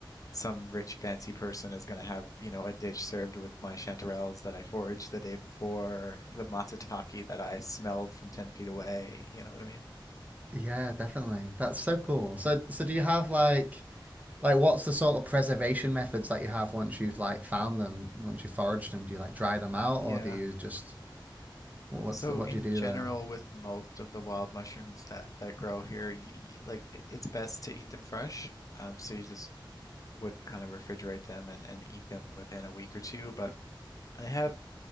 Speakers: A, on the left; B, on the right.
A: some rich fancy person is going to have, you know, a dish served with my chanterelles that I foraged the day before, the matsutake that I smelled from 10 feet away. You know what I mean?
B: Yeah, definitely. That's so cool. So so do you have like Like, what's the sort of preservation methods that you have once you've like found them, once you foraged them? Do you like dry them out,
A: Yeah.
B: or do you just what's
A: So
B: the what
A: in
B: do you do
A: general,
B: there?
A: with most of the wild mushrooms that that grow here, y- like i- it's best to eat them fresh. Um, so you just would kind of refrigerate them and, and eat them within a week or two. But I have